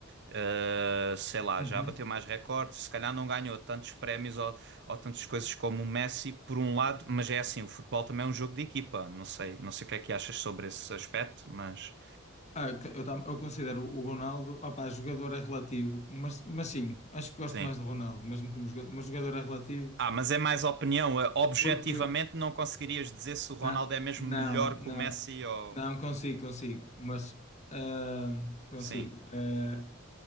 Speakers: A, on the right; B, on the left.
A: uh, sei lá,
B: Uhum.
A: já bateu mais recordes, se calhar não ganhou tantos prémios ou, ou tantas coisas como o Messi, por um lado, mas é assim, o futebol também é um jogo de equipa, não sei, não sei o que é que achas sobre esse aspecto, mas
B: Ah, que- eu, tam- eu considero o Ronaldo, opá, jogador é relativo, mas, mas sim, acho que gosto
A: sim.
B: mais do Ronaldo, mesmo como jogador, mas jogador é relativo,
A: Ah, mas é mais opinião. eh, Objetivamente,
B: porque
A: não conseguirias dizer se o Ronaldo
B: na-
A: é mesmo
B: não,
A: melhor
B: não,
A: que o Messi ou.
B: não, consigo, consigo, mas ah, consigo.
A: Sim,
B: Ah,